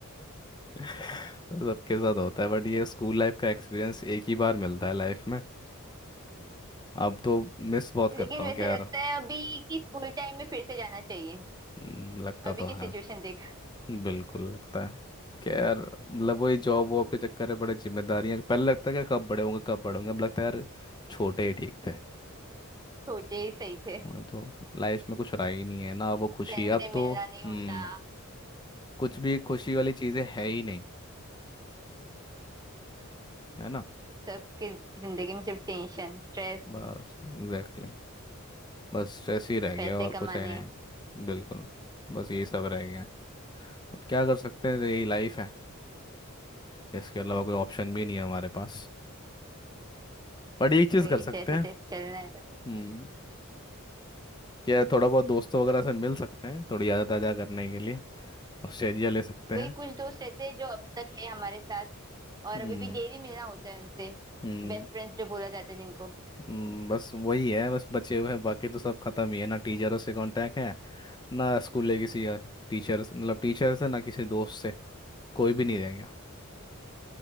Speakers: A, on the left; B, on the right.
A: <laughs> सबके साथ होता है बट ये स्कूल लाइफ का एक्सपीरियंस एक ही बार मिलता है लाइफ में अब तो मिस बहुत
B: लेकिन
A: करता
B: वैसे
A: हूँ कि यार
B: लगता है अभी कि स्कूल टाइम में फिर से जाना चाहिए
A: हम्म, लगता
B: अभी
A: तो
B: की सिचुएशन
A: है
B: देख
A: बिल्कुल लगता है कि यार मतलब वही जॉब वॉब के चक्कर में बड़े जिम्मेदारियां पहले लगता है कि कब बड़े होंगे कब बड़े होंगे अब लगता है यार छोटे ही ठीक थे
B: छोटे ही सही थे
A: उन्हें तो लाइफ में कुछ रहा ही नहीं है ना वो खुशी
B: फ्रेंड से
A: अब
B: मिलना
A: तो हम्म
B: नहीं होता
A: कुछ भी खुशी वाली चीजें है ही नहीं है ना
B: सबके जिंदगी में सिर्फ टेंशन स्ट्रेस
A: बस एग्जैक्टली exactly. बस स्ट्रेस ही रह गया
B: पैसे
A: और कुछ
B: कमाने
A: है नहीं बिल्कुल बस यही सब रह गया है क्या कर सकते हैं तो यही लाइफ है इसके अलावा कोई ऑप्शन भी नहीं है हमारे पास बट एक चीज़
B: वही
A: कर सकते
B: जैसे
A: हैं
B: तैसे चलना है
A: हम्म क्या थोड़ा बहुत दोस्तों वगैरह से मिल सकते हैं थोड़ी यादें ताज़ा करने के लिए ऑस्ट्रेलिया ले सकते
B: वही
A: हैं
B: कुछ दोस्त रहते हैं जो अब तक है हमारे साथ और
A: हम्म
B: अभी भी डेली मिलना होता है उनसे
A: हम्म
B: बेस्ट फ्रेंड्स जो बोला जाता है जिनको
A: हम्म, बस वही है बस बचे हुए हैं बाकी तो सब खत्म ही है ना टीचरों से कांटेक्ट है ना स्कूल के किसी टीचर मतलब टीचर से ना किसी दोस्त से कोई भी नहीं रह गया